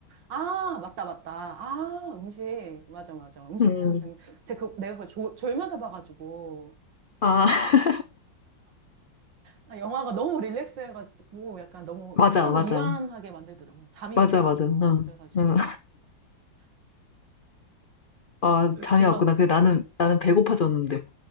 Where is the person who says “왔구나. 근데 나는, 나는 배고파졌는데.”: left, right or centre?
Left